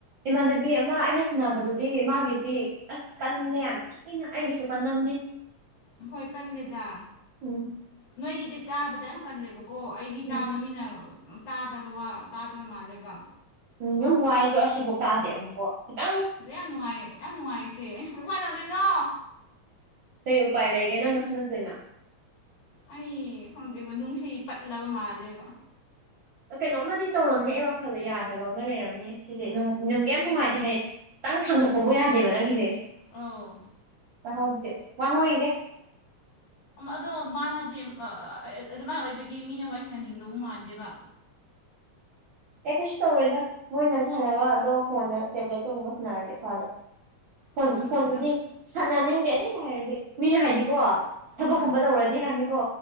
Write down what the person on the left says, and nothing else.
ꯍꯣꯏ ꯀꯜꯂꯦꯗ
ꯅꯣꯏꯒꯤꯗꯤ ꯇꯥꯕꯗ ꯌꯥꯝ ꯀꯜꯂꯦꯕꯣ ꯀꯣ ꯑꯩꯒꯤ
ꯇꯥꯕ ꯃꯤꯅ ꯇꯥꯗꯕ ꯇꯥꯗꯕ ꯃꯥꯜꯂꯦꯕ
ꯑꯗ ꯌꯥꯝ ꯅꯨꯡꯉꯥꯏ ꯌꯥꯝ ꯅꯨꯡꯉꯥꯏꯇꯦ ꯀꯃꯥꯏꯅ ꯇꯧꯗꯣꯏꯅꯣ
ꯑꯩ ꯈꯪꯗꯦꯕ ꯅꯨꯡꯁꯤ ꯄꯠꯂꯕ ꯃꯥꯜꯂꯦꯕ
ꯑ
ꯑꯗꯣ ꯃꯥꯅꯗꯤ ꯑꯗꯨꯃꯥꯏꯅ ꯑꯣꯏꯕꯒꯤ ꯃꯤꯅ ꯋꯥꯔꯤꯁꯤꯟꯅꯅꯤꯡꯗꯧ ꯃꯥꯟꯗꯦꯕ
ꯈꯪꯗꯦꯗ
ꯍꯣꯏ
ꯍꯣꯏ